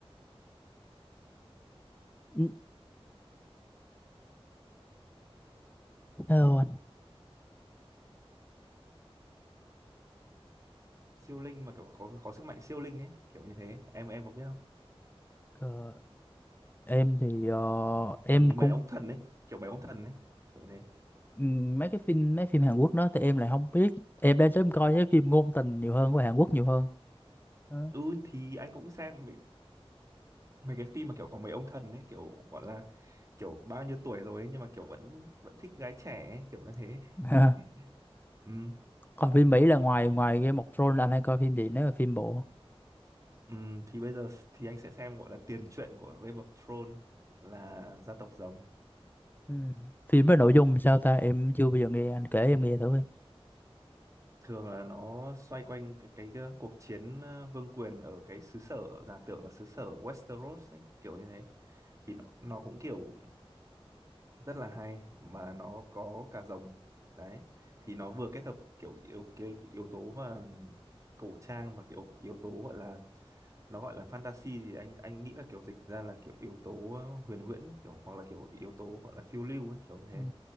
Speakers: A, on the left; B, on the right.
A: Ừ, Hello anh.
B: siêu linh mà kiểu có, có sức mạnh siêu linh ấy kiểu như thế em em có biết không
A: Ờ, em thì ờ, em
B: kiểu như
A: cũng
B: mấy ông thần ấy kiểu mấy ông thần ấy kiểu như thế
A: ừm, mấy cái phim mấy phim Hàn Quốc đó thì em lại không biết em đang sớm coi cái phim ngôn tình nhiều hơn của Hàn Quốc nhiều hơn Đó.
B: ừ thì anh cũng xem mấy, mấy cái phim mà kiểu có mấy ông thần ấy kiểu gọi là kiểu bao nhiêu tuổi rồi ấy, nhưng mà kiểu vẫn vẫn thích gái trẻ ấy, kiểu như thế
A: <laughs>
B: <laughs> ừ,
A: Còn phim Mỹ là ngoài ngoài Game of Thrones là anh hay coi phim gì nếu mà phim bộ?
B: ừ, thì bây giờ thì anh sẽ xem gọi là tiền truyện của Game of Thrones là gia tộc rồng
A: Ừ. Phim với nội dung sao ta? Em chưa bao giờ nghe anh kể em nghe thử em.
B: thường là nó xoay quanh cái, cái, cái cuộc chiến ờ, vương quyền ở cái xứ sở giả tưởng là xứ sở Westeros ấy, kiểu như thế thì nó, nó cũng kiểu rất là hay mà nó có cả rồng đấy thì nó vừa kết hợp kiểu yếu cái yếu tố mà cổ trang và kiểu yếu tố gọi là nó gọi là fantasy thì anh anh nghĩ là kiểu dịch ra là kiểu yếu tố ờ, huyền huyễn kiểu hoặc là kiểu yếu tố gọi là phiêu lưu ấy kiểu như thế
A: Ừ.